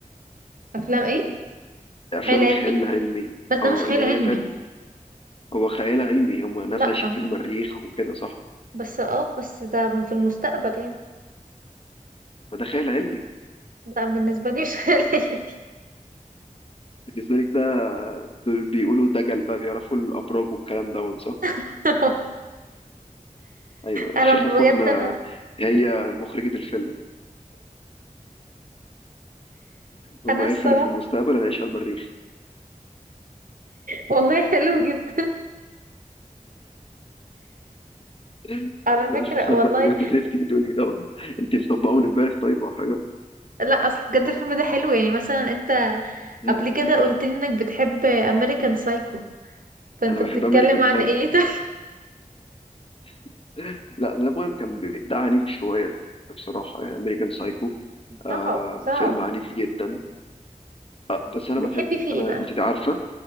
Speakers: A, on the right; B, on the left.
A: افلام ايه
B: افلام
A: خيال
B: الخيال
A: علمي
B: العلمي
A: بس ده
B: اه
A: مش خيال
B: اللي
A: علمي
B: هي فعلا هو خيال علمي هم ناس
A: لا
B: عايشين في المريخ وكده صح
A: بس اه بس ده في المستقبل يعني
B: ما ده خيال علمي
A: لا بالنسبة لي <laughs> مش هلال دي
B: بالنسبة لك ده دول بيقولوا دجل بقى بيعرفوا الأبراج والكلام ده صح
A: <laughs>
B: أيوة الشيخة
A: انا بجد
B: فوتنا
A: انا
B: هي مخرجة الفيلم هم
A: انا
B: عرفوا
A: الصراحة
B: إن في المستقبل هنعيش على المريخ
A: والله حلو جدا
B: <laughs>
A: على
B: أنا
A: فكرة
B: مش مصدق
A: والله
B: بجد اللي أنت بتقولي ده أنت مطبقون إمبارح طيب أو حاجة
A: لا اصل بجد الفيلم ده حلو يعني مثلا انت
B: مم.
A: قبل كده قلت لي انك بتحب امريكان سايكو فانت
B: أنا بحب
A: بتتكلم
B: أمريكان سايكو
A: عن مم. ايه ده
B: <laughs> لا ده بقى كان بي... ده عنيف شوية بصراحة يعني أمريكان سايكو
A: <laughs>
B: آه
A: صعب صعب
B: فيلم عنيف جدا آه، بس انا
A: بتحبي
B: بحبه
A: فيه ايه
B: انا
A: بقى
B: انت عارفه